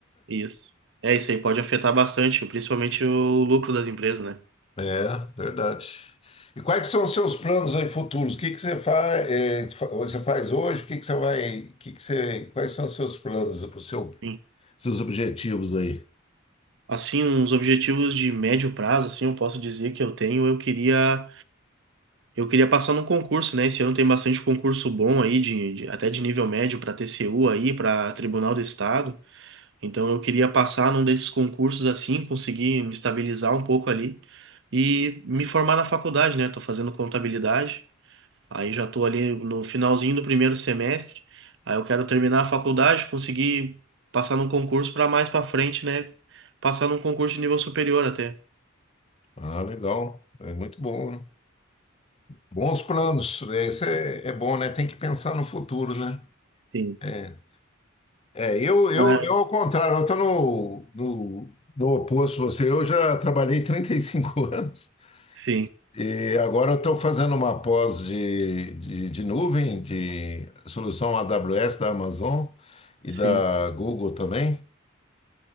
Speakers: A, on the right; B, on the left.
A: Isso. É isso aí, pode afetar bastante, principalmente o lucro das empresas, né?
B: É, verdade. E quais são os seus planos aí futuros? O que que você faz, você faz hoje? O que que você vai, o que que você, quais são os seus planos, os seu,
A: Sim.
B: seus objetivos aí?
A: Assim, uns objetivos de médio prazo, assim, eu posso dizer que eu tenho, eu queria, eu queria passar num concurso, né? Esse ano tem bastante concurso bom aí, de, de- até de nível médio para TCU aí, para Tribunal do Estado. Então eu queria passar num desses concursos assim, conseguir me estabilizar um pouco ali e me formar na faculdade, né? Tô fazendo contabilidade, aí já tô ali no finalzinho do primeiro semestre. Aí eu quero terminar a faculdade, conseguir passar num concurso para mais para frente, né? Passar num concurso de nível superior até.
B: Ah, legal. É muito bom, né? Bons planos. né? Isso é, é bom, né? Tem que pensar no futuro, né?
A: Sim.
B: É, é eu, eu,
A: Mas-
B: eu ao contrário, eu estou no, no, no oposto de você. Eu já trabalhei 35 <laughs> anos.
A: Sim,
B: E agora eu estou fazendo uma pós de, de, de nuvem, de solução AWS da Amazon e
A: sim,
B: da Google também.